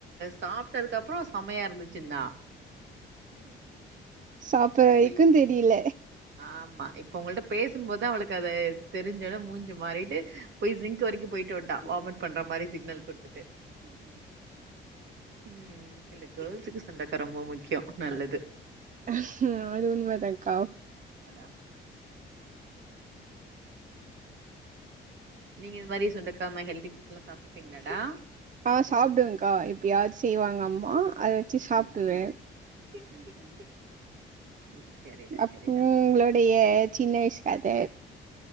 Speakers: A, on the right; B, on the right.
A: சாப்பிட்டதுக்கு அப்புறம் செமையா இருந்துச்சுனா
B: சாப்பற
A: இப்ப
B: வை க்கு
A: இ-
B: தெ ரில
A: ஆமா இப்ப உங்கள்ட பேசும் போதா அவளுக்கு அதைதெரி்ஞ்சனே மூஞ்சு மாறிட்டு போய் ஜிங்க் வரைக்கும் போயிட்டு வட்டாவாமிட் பண்ற மாதிரி சிக்னல் கொடுத்த ட்டு உம் இல்ல கேர்ள்ஸுக்கு செண்டைக்கா ரொம்ப முக்கியம் நல்லது
B: ஹ அது உண்மை தாக்கா
A: அட நீங்க இது மாதிரி சுண்டக்காமாரி ஹெல்தி புஃட் எல்லாம் சாப்பிட்டுப்பீங்களாடா
B: ஆஹ் சாப்பிடுவே்கா எப்பையாச்சு செய்வாங்க அம்மா
A: குட் கேர்ள்
B: அத வச்சு சாப்பிடுவேன்
A: ம் ம் ம் ம் ம் செரிடா
B: அப்புறம்
A: செரிடா
B: உங்களோடைய சின்ன வயசுகத